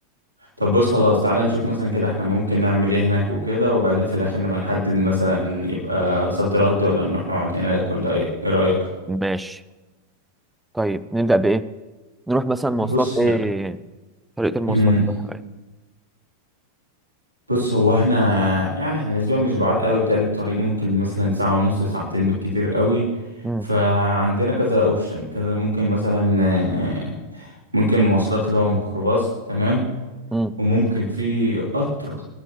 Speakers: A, on the right; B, in the centre.
A: طب بص خلاص تعالى نشوف مثلا كده احنا ممكن نعمل ايه هناك وكده وبعدين في الاخر نبقى نحدد مثلا يبقى صد رد ولا نروح نقعد هناك ولا ايه ايه رأيك
B: ماشي طيب نبدأ بايه نروح مثلا مواصلات
A: بص
B: ايه
A: لا
B: طريقة المواصلات
A: مم،
B: نروحها ايه
A: بص هو احنا يعني احنا نسبيا مش بعاد قوي بتاع الطريق ممكن مثلا ساعة ونص ساعتين بالكتير قوي
B: مم،
A: فعندنا كذا اوبشن كذا ممكن مثلا آه، ممكن مواصلات اللي هو ميكروباص تمام
B: مم،
A: وممكن في قطر